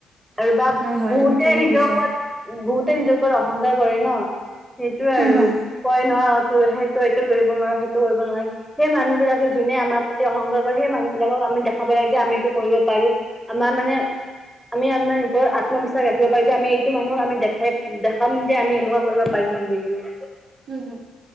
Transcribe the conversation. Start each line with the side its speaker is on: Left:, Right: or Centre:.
Centre: আৰু বা
Right: হয় হয়
Centre: বহুতে
Right: তুমি ঠিকে
Centre: নিজৰ
Right: কৈছা
Centre: ওপৰত বহুতে নিজৰ ওপৰত অহংকাৰ কৰে ন, সেইটোয়ে আৰু।
Right: উম হম
Centre: কয় নহ তোৰ সেইটো এইটো কৰিব নোৱাৰা সেইটো কৰিব নোৱাৰা, সেই মানুহ বিলাকে যোনে আমাৰ প্ৰতি অহংকাৰ সেই মানুহ বিলাকক আমি দেখাব লাগে যে আমি এইটো কৰিব পাৰোঁ, আমাৰ মানে আমি আপাৰ ওপৰত আত্মবিশ্বাস ৰাখিব পাৰি যে আমি টো মানুহক আমি দেখাই দেখাম যে আমি এনেকুৱা কৰিব পাৰিম বুলি কিনে।
Right: উম, হয়।